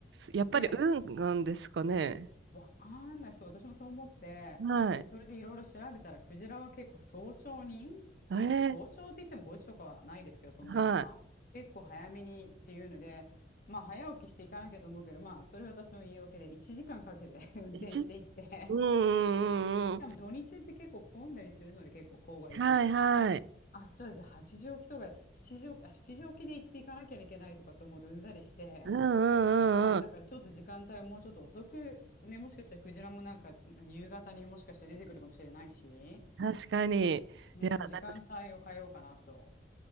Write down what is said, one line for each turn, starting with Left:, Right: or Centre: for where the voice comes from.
Right: やっぱり運なんですかね。
Left: でわかんない。そう、私もそう思って、
Right: はい。
Left: で、それでいろいろ調べたら、クジラは結構早朝に、早朝、
Right: ええ
Left: 早朝って言っても5時とかはないですけど、そんなのは、
Right: は
Left: 結構早めにっていうので、まあ、早起きしていかなきゃと思うけど、まあ、それは私の言い訳で、1時間かんかけて <laughs> 運転していって、
Right: い。一、うんうんうんうん。
Left: 多分土日って結構混んだりするので、結構郊外行くの。
Right: はいはい。
Left: あ、そうだ、じゃあ8時起きとか、7時起き、あ、7時起きで行っていかなきゃいけないとかと思うとうんざりして、
Right: うんうんうんうん。
Left: まあだからちょっと時間帯はもうちょっと遅く、ね、もしかしたらクジラもなんか夕方にもしかして出てくるかもしれないし、
Right: 確かに。
Left: うん、
Right: いや、なんか、
Left: 時間帯を変えようかなと。